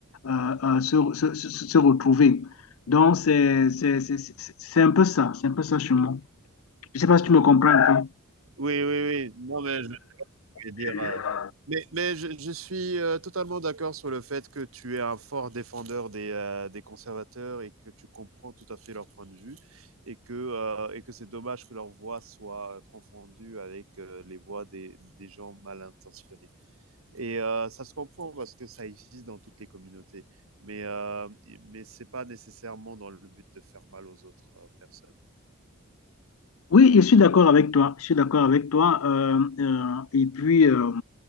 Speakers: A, on the left; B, on the right.
A: euh, euh, se, se, se- se retrouver. Donc, c'est, c'est, c'est, c'est un peu ça, c'est un peu ça chez moi. Je ne sais pas si tu me comprends un
B: Oui, oui, oui. Non, mais je vais dire.
A: peu.
B: euh, Mais, mais je, je suis euh, totalement d'accord sur le fait que tu es un fort défendeur des, euh, des conservateurs et que tu comprends tout à fait leur point de vue et que, euh, et que c'est dommage que leur voix soit confondue avec euh, les voix des, des gens mal intentionnés. Et euh, ça se comprend parce que ça existe dans toutes les communautés, mais euh, mais c'est pas nécessairement dans le but de faire mal aux autres euh, personnes.
A: Oui, je suis d'accord avec toi. Je suis d'accord avec toi. Euh, euh, et puis, euh,